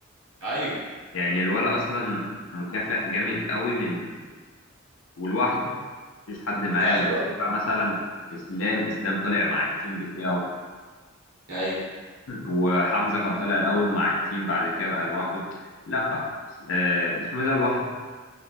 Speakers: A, on the right (about 70°); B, on the left (about 65°).
A: ايوه
B: يعني الولا اصلا مكافح جامد قوي من ولوحده مفيش حد معاه
A: ايوه
B: مش
A: ايوه
B: تبع مثلا اسلام اسلام طلع مع التيم بتاعه
A: ايوه
B: وحمزة كان طالع الاول مع التيم بعد كده بقى لوحده لا آه، اسمه إيه ده لوحده